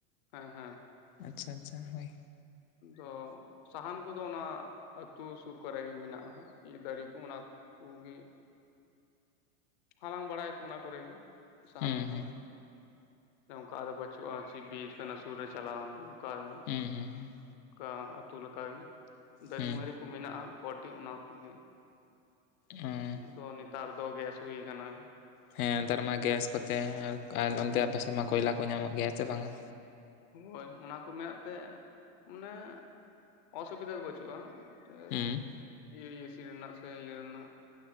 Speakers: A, on the left; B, on the left.
A: ᱦᱮᱸ, ᱦᱮᱸ ᱾
B: ᱟᱪᱪᱷᱟ, ᱟᱪᱪᱷᱟ ᱦᱳᱭ ᱾
A: ᱟᱫᱚ ᱥᱟᱦᱟᱱ ᱠᱚ ᱫᱚ ᱚᱱᱟ ᱟᱹᱛᱩ ᱥᱩᱨ ᱠᱚᱨᱮ ᱜᱮ ᱢᱮᱱᱟᱜᱼᱟ, ᱫᱟᱨᱮ ᱠᱚ ᱚᱱᱟ ᱠᱩ ᱜᱮ ᱾ ᱦᱟᱞᱟᱝ ᱵᱟᱲᱟᱭ ᱟᱠᱚ ᱚᱱᱟ ᱠᱚᱨᱮ ᱥᱟᱦᱟᱱ
B: ᱦᱩᱸ
A: ᱠᱚᱫᱚ
B: ᱦᱩᱸ
A: ᱾ ᱚᱱᱠᱟ ᱫᱚ ᱵᱟᱹᱪᱩᱜᱼᱟ, ᱪᱤᱫ ᱵᱤᱨ ᱠᱟᱱᱟ ᱥᱩᱨ ᱨᱮ ᱪᱟᱞᱟᱣ ᱮᱱᱟ ᱚᱱᱠᱟ ᱫᱚ
B: ᱦᱩᱸ, ᱦᱩᱸ ᱾
A: ᱚᱱᱠᱟ ᱟᱹᱛᱩ ᱞᱮᱠᱟ ᱜᱮ᱾ ᱫᱟᱨᱮ
B: ᱦᱩᱸ
A: ᱢᱟᱨᱮ ᱠᱚ ᱢᱮᱱᱟᱜᱼᱟ ᱠᱚᱴᱤ ᱚᱱᱟ ᱠᱚ ᱜᱮ ᱾
B: ᱚᱸ
A: ᱟᱫᱚ ᱱᱮᱛᱟᱨ ᱫᱚ ᱜᱮᱥ ᱦᱩᱭ ᱟᱠᱟᱱᱟ ᱾
B: ᱦᱮᱸ ᱱᱮᱛᱟᱨ ᱢᱟ ᱜᱮᱥ ᱠᱚᱛᱮ ᱟᱨ, ᱟᱨ
A: ᱦᱮᱸ
B: ᱱᱚᱱᱛᱮ ᱟᱯᱮ ᱥᱮᱫ ᱢᱟ ᱠᱚᱭᱞᱟ ᱠᱚ ᱧᱟᱢᱚᱜ ᱜᱮᱭᱟ ᱥᱮ ᱵᱟᱝ-ᱟ?
A: ᱦᱳᱭ ᱚᱱᱟ ᱠᱚ ᱢᱮᱱᱟᱜ ᱛᱮ ᱢᱟᱱᱮ ᱚᱥᱩᱵᱤᱫᱟ ᱫᱚ ᱵᱟᱹᱪᱩᱜᱼᱟ ᱾ <unintelligible>
B: ᱦᱩᱸ
A: ᱤᱭᱟᱹ ᱤᱭᱟᱹᱥᱤ ᱨᱮᱱᱟᱜ ᱥᱮ ᱤᱭᱟᱹ ᱨᱮᱱᱟᱜ ᱾